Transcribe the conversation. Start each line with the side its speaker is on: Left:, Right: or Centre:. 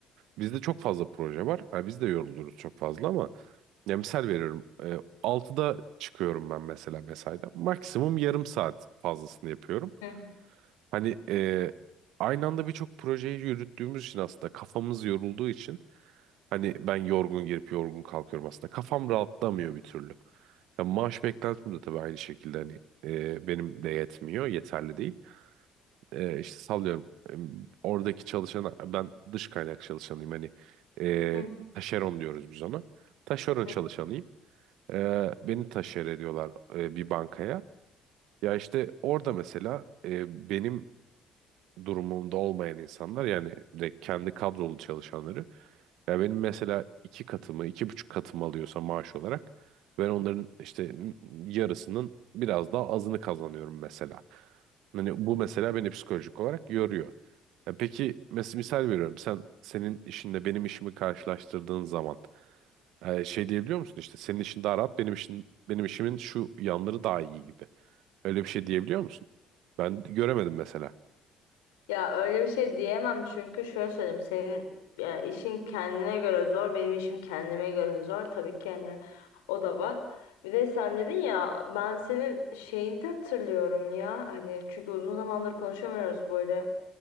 Right: Bizde çok fazla proje var. Ha, biz de yoruluyoruz çok fazla ama ya misal veriyorum. E, 6'da çıkıyorum ben mesela mesaiden. Maksimum yarım saat fazlasını yapıyorum.
Left: Hı
Right: Hani e, aynı anda birçok projeyi yürüttüğümüz için aslında kafamız yorulduğu için hani ben yorgun girip yorgun kalkıyorum aslında. Kafam rahatlamıyor bir türlü. Ya maaş beklentim de tabii aynı şekilde hani e, benim de yetmiyor, yeterli değil e, işte sallıyorum e, oradaki çalışana ben dış kaynak çalışanıyım hani e,
Left: hı.
Right: taşeron diyoruz biz ona. Taşeron
Left: Hı.
Right: çalışanıyım. E, beni taşer ediyorlar e, bir bankaya. Ya işte orada mesela e, benim durumunda olmayan insanlar yani direkt kendi kadrolu çalışanları. Ya benim mesela iki katımı, iki buçuk katımı alıyorsa maaş olarak ben onların işte yarısının biraz daha azını kazanıyorum mesela. Hani bu mesela beni psikolojik olarak yoruyor. Ya peki mesela misal veriyorum sen senin işinle benim işimi karşılaştırdığın zaman e, şey diyebiliyor musun işte senin işin daha rahat benim işin benim işimin şu yanları daha iyi gibi. Öyle bir şey diyebiliyor musun? Ben göremedim mesela.
Left: Ya öyle bir şey diyemem çünkü şöyle söyleyeyim senin ya, işin kendine göre zor benim işim kendime göre zor tabii ki yani o da var. Bir de sen dedin ya ben senin şeyini de hatırlıyorum ya hani çünkü uzun zamandır konuşamıyoruz böyle